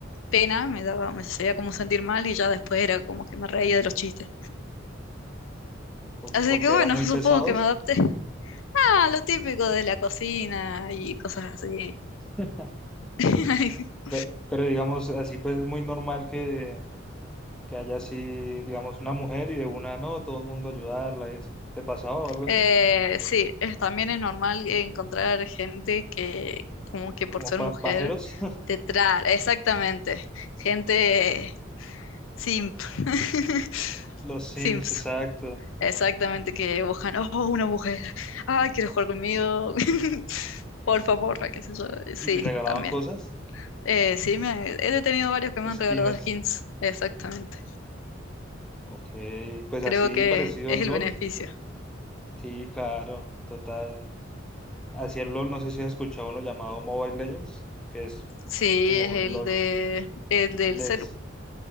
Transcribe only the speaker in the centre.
co-
porque
eran muy
pesados.
<laughs>
Pero pero, digamos, así pues es muy normal que, que haya así, digamos, una mujer y de una no, todo el mundo ayudarla y eso. ¿Te pasaba o algo así?
¿Como
pa-
pajeros?
Los Sims,
exacto.
¿Y te regalaban
cosas?
Skins.
Ok, pues
así
parecido
al
LOL.
Sí, claro, total. Hacia el LOL, no sé si has escuchado uno llamado Mobile Legends, que es
como
LOL.
Les...